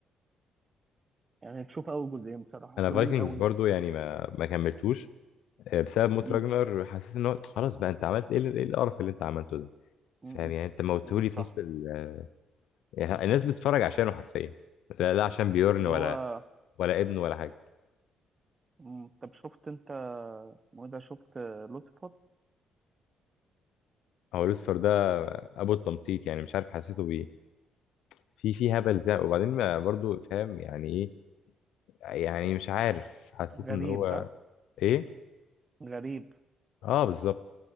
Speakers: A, on the right (about 30°); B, on the left (about 80°).
A: يعني تشوف اول جزئين بصراحه
B: انا
A: حلوين
B: فايكنجز
A: قوي
B: برضو
A: يعني
B: يعني ما ما كملتوش آه، بسبب موت
A: مم.
B: راجنر حسيت ان هو خلاص بقى انت عملت ايه ال- إيه القرف اللي انت عملته ده
A: مم.
B: فاهم يعني انت موتهولي
A: مم.
B: في
A: صح
B: نص ال... يعني الناس بتتفرج عشانه حرفيا لا لا عشان بيورن
A: اللي
B: ولا
A: هو
B: ولا ابنه ولا حاجه
A: مم. طب شفت انت اسمه ايه ده شفت لوسيفر
B: هو لوسفر ده ابو التمطيط يعني مش عارف حسيته بايه في في هبل زي وبعدين ما برضو فاهم يعني ايه يعني مش عارف حسيت
A: غريب
B: ان هو
A: ها
B: ايه
A: غريب
B: اه بالظبط